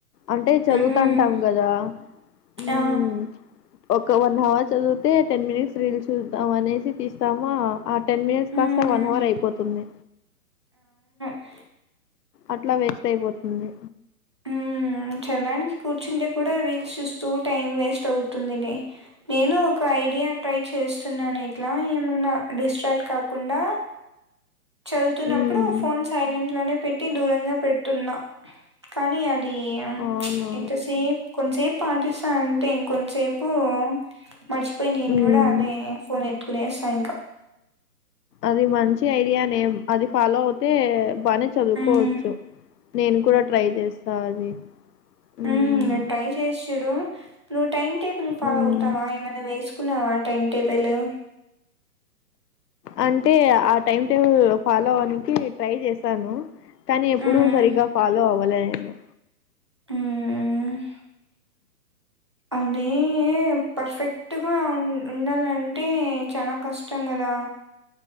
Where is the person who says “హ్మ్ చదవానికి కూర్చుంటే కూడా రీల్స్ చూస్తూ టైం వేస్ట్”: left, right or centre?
Right